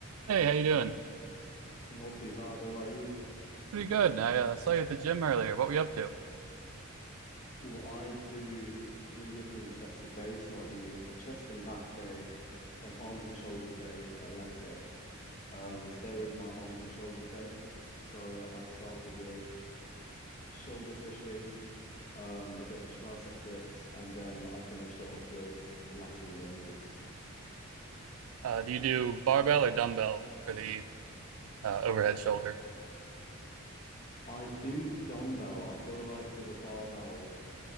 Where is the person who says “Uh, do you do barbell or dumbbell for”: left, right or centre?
Right